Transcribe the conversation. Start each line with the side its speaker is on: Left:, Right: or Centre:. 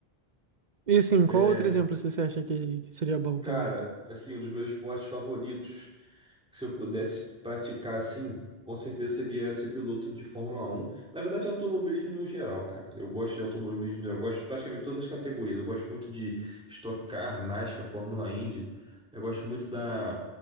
Right: E assim,
Centre: É,
Right: qual outro exemplo você acha que seria bom
Centre: Cara,
Right: também?
Centre: assim, um dos meus esportes favoritos, que se eu pudesse praticar assim, com certeza seria ser piloto de Fórmula Um Na verdade, automobilismo no geral, cara. Eu gosto de automobilismo, no geral, eu gosto de praticamente todas as categorias. Eu gosto muito de Stock Car, NASCAR, Fórmula Indy. Eu gosto muito da,